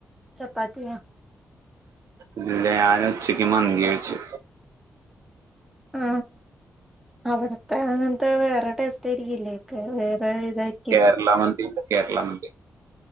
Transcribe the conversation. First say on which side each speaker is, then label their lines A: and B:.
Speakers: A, in the centre; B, on the right (about 75°).
A: ചപ്പാത്തിയാ
B: ഇല്ല ഞാന് ഉച്ചക്ക് മന്തി കഴിച്ചു
A: ആ അവിടത്തെ അങ്ങനത്തെ വേറെ ടേസ്റ്റായിരിക്കില്ലേ ഒക്കെ വേറെ ഇതായിരിക്കും
B: കേരള മന്തിയല്ല, കേരള മന്തി